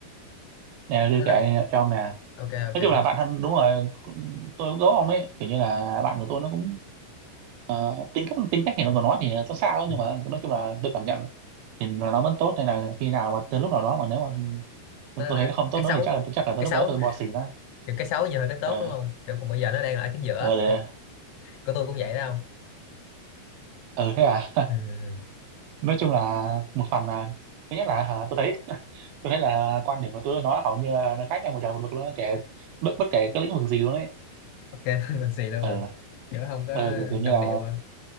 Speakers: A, on the right; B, on the left.
A: nè tôi
B: nó lên
A: kể này, cho ông nè
B: ok ok
A: nói chung là bạn thân đúng rồi cũng- tôi cũng giấu ông ấy kiểu như là bạn của tôi nó cũng ờ, tính cách tính cách thì nó còn nói thì sao sao ấy,
B: Ừ.
A: nhưng mà nói chung là tôi cảm nhận thì nó nó vẫn tốt nên là khi nào mà từ lúc nào đó mà nếu mà tôi,
B: nó,
A: tôi
B: nó,
A: thấy nó không tốt
B: cái
A: nữa
B: xấu
A: thì chắc là chắc là tới
B: cái
A: lúc
B: xấu
A: đó tôi bỏ xỉ nó
B: kiểu cái xấu nhiều hơn cái tốt
A: ờ
B: đúng không kiểu còn bây giờ nó đang là ở chính giữa
A: ờ để-
B: của tôi cũng vậy đâu
A: ờ thế à
B: ừ. ừ.
A: nói chung là một phần là thứ nhất là hả, tôi thấy <laughs> tôi thấy là quan điểm của tôi với nó hầu như là nó khác nhau một trời một vực luôn á, kể bất bất kể cái lĩnh vực gì luôn ấy
B: ok <laughs> bằng xì luôn
A: ờ
B: à giữa không có
A: ờ kiểu, kiểu như
B: đồng
A: là
B: điệu à